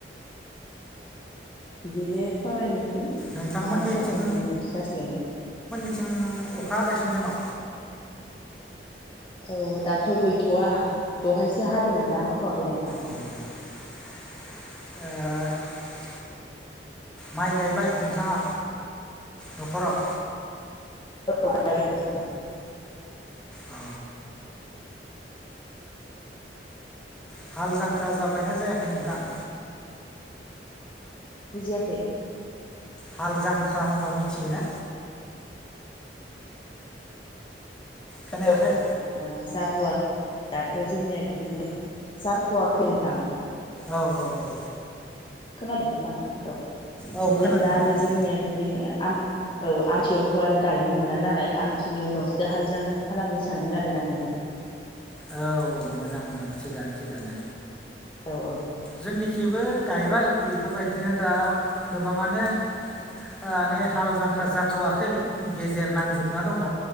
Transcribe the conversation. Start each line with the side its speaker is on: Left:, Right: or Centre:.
Left: बिदिनो सावरायनोस मा
Centre: नोंथांमोननिथिं
Left: सावरायनो होननायानो थ' जासिगोन दों।
Centre: थिं अखा हागासिनो नामा
Left: औ दाथ' गैथ'वा दहायसो हादोंमोन दा हा हाथ'वाखै नोंथां।
Centre: औ ओ
Left: <inaudible>
Centre: माइ गायबाय नोंथाङा न'खराव
Left: <unintelligible>
Centre: औ। हाल जांख्रा जाबायना जायाखै नोंथां
Left: बुजियाखै।
Centre: हाल जांख्रा होनबा मिथियो ना खोनायाखै
Left: <unintelligible> जाथ'वा दाथ' जोंनिया बिदिनो जाथ'वाखै नोंथां।
Centre: औ औ औ।
Left: खोनादों नोंथाङा औ
Centre: औ
Left: बिदिनो
Centre: खोनादों
Left: आरो
Centre: खोनादों
Left: जोंनिया बिदिनो आम औ आमथियावथ' आरो गायनो मोना नालाय आमथिनि उनावसो हाल जांख्रा खालामनो सानदों आरोना नोंथां।
Centre: औ मोजां मोजां थिगानो थिगानो।
Left: औ औ।
Centre: जोंनिखैबो गायबाय बेफोरबायदिनो दा गोबाङानो माने हाल जांख्रा जाथ'वाखै गेजेर नांजोबना दङ।